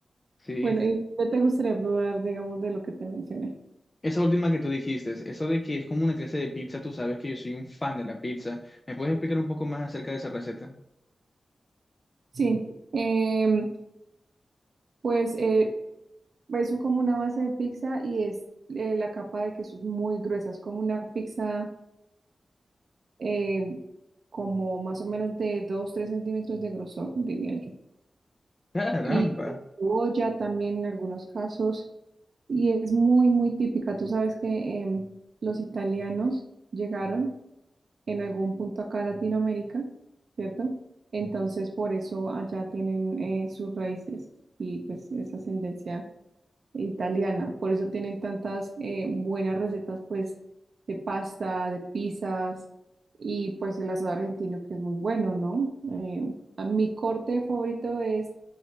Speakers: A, on the left; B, on the right.
A: Sí.
B: bueno, ¿y qué te gustaría probar, digamos, de lo que te mencioné?
A: Esa última que tú dijiste, eso de que es como una clase de pizza, tú sabes que yo soy un fan de la pizza. ¿Me puedes explicar un poco más acerca de esa receta?
B: Sí, em, pues eh, es como una base de pizza y es eh, la capa de queso es muy gruesa, es como una pizza em, como más o menos de dos, tres centímetros de grosor, diría yo.
A: Caramba.
B: Y cebolla también en algunos casos y es muy, muy típica. Tú sabes que em, los italianos llegaron en algún punto acá a Latinoamérica, ¿cierto? Entonces por eso allá tienen eh, sus raíces y pues esa ascendencia italiana. Por eso tienen tantas eh, buenas recetas, pues, de pasta, de pizzas y pues el asado argentino, que es muy bueno, ¿no? Eh, a mi corte favorito es